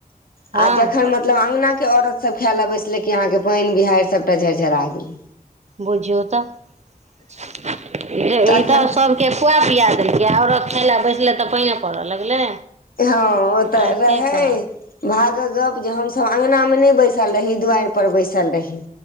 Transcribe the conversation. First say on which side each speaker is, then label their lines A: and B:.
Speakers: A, on the right; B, on the left.
A: हँ
B: आ जखन मतलब अगंना के औरत सब खायलै बैसले कि अहाँके पैन बिहैड़ सभटा झर-झरा गेल
A: बुझियौ तऽ
B: तखन
A: ई तऽ सब के खुआ पिया देलियै आ औरत खाय लए बैसले तऽ पइने पड़ऽ लगलै
B: हँ ओ तऽ
A: आहिरे
B: रहै
A: बा
B: भागअ गप जे हमस अंगना मे नहि बैसल रही दुआरि पर बैसल रही